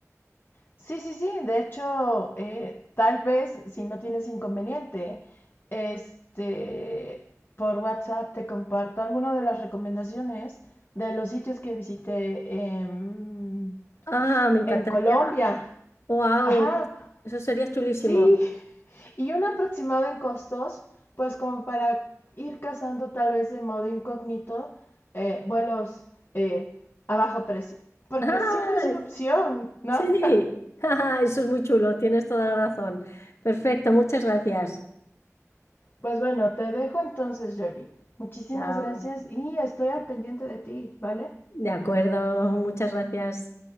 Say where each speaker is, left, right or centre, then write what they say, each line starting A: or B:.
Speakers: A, on the left; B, on the left.
A: Sí, sí, sí. De hecho, eh, tal vez, si no tienes inconveniente, este, por WhatsApp te comparto alguna de las recomendaciones de los sitios que visité em,
B: Ah, me encantaría.
A: en Colombia.
B: ¡Wow!
A: Ajá,
B: Eso sería chulísimo.
A: Sí, y un aproximado en costos, pues como para ir cazando tal vez de modo incógnito eh, vuelos eh, a bajo precio, porque
B: ¡Ah!
A: siempre es una opción, ¿no?
B: Sí,
A: <laughs>
B: <laughs> ¡Ah! eso es muy chulo, tienes toda la razón. Perfecto, muchas gracias.
A: Pues bueno, te dejo entonces, Jolie. Muchísimas
B: Chao.
A: gracias y estoy al pendiente de ti, ¿vale?
B: De acuerdo, muchas gracias.